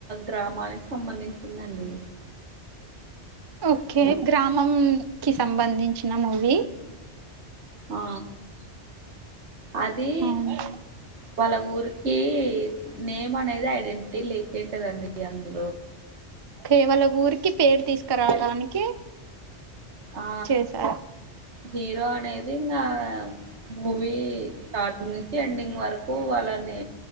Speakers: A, on the right (about 70°); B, on the right (about 40°).
A: గ్రామానికి సంబంధించింది అండి
B: ఓకే గ్రామం కి సంబంధించిన మూవీ
A: ఆ అది
B: అవును.
A: వాళ్ళ ఊరు కి నేమ్ అనేది ఐడెంటిటీ లేకొయింటదండి అందు
B: కేవలం ఊరికి పేరు తీసుకురావడానికి
A: ఆ
B: చేసా
A: హీరో అనేది అనేది ఇంగా మూవీ స్టార్టింగ్ నుంచి ఎండింగ్ వరకు వాళ్ళని